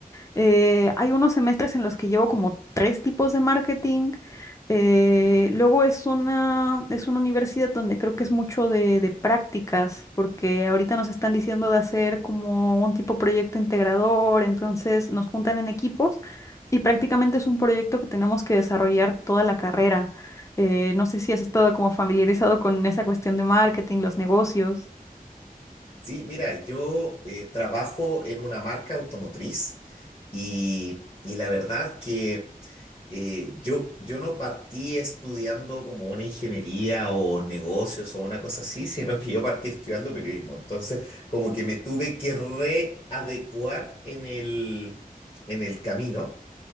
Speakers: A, on the left; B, on the left.
A: Eh, hay unos semestres en los que llevo como tres tipos de marketing. Eh, luego es una, es una universidad donde creo que es mucho de, de prácticas, porque ahorita nos están diciendo de hacer como un tipo proyecto integrador, entonces nos juntan en equipos y prácticamente es un proyecto que tenemos que desarrollar toda la carrera. Eh, no sé si has estado como familiarizado con esa cuestión de marketing, los negocios.
B: Sí, mira, yo eh, trabajo en una marca automotriz y, y la verdad que eh, yo, yo no partí estudiando como una ingeniería o negocios o una cosa así, sino que yo partí estudiando periodismo. Entonces, como que me tuve que readecuar en el, en el camino.